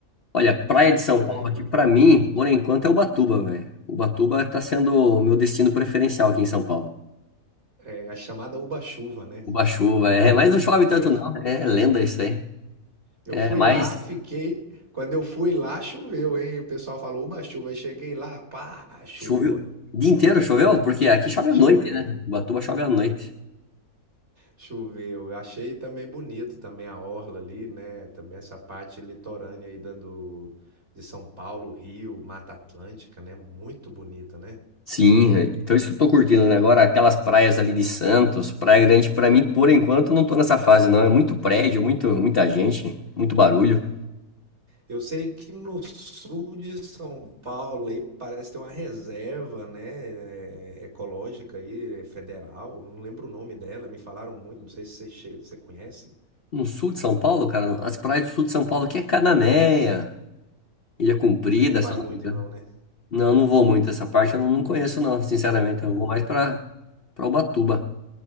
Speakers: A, on the left; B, on the right.
A: Olha, praia de São
B: por
A: Paulo
B: aí,
A: aqui, pra
B: por
A: mim,
B: perto?
A: por enquanto, é Ubatuba, velho. Ubatuba tá sendo o meu destino preferencial aqui em São Paulo.
B: É a chamada Uba-chuva, né?
A: Uba-chuva, é, mas não chove tanto,
B: Eu, fu-
A: não. É lenda isso aí.
B: eu
A: É,
B: fui
A: mas
B: lá, fiquei. Quando eu fui lá, choveu, hein? O pessoal falou Uba-chuva. Eu cheguei lá, pá, chuva.
A: choveu. O dia inteiro choveu? Porque aqui chove
B: Choveu.
A: à noite, né? Ubatuba chove à noite.
B: Choveu. Eu achei também bonito também a orla ali, né? Também essa parte litorânea aí da do de São Paulo, Rio, Mata Atlântica, né? Muito bonita, né?
A: Sim, velho. então isso que eu tô curtindo, né? Agora, aquelas praias ali de Santos, Praia Grande, pra mim, por enquanto, eu não tô nessa fase, não. É muito prédio, muito, muita gente, muito barulho.
B: Eu sei que no sul de São Paulo aí parece ter uma reserva, né, é, ecológica aí, é federal, não lembro o nome dela, me falaram muito, não sei se você, che- você conhece.
A: No sul de São Paulo, cara, as praias do sul de São Paulo aqui é Cananéia, Ilha Comprida,
B: Não vai
A: se eu
B: muito
A: não me engano.
B: não, né?
A: Não, eu não vou muito essa parte, eu não conheço, não, sinceramente.
B: Ah.
A: Eu vou mais pra, pra Ubatuba.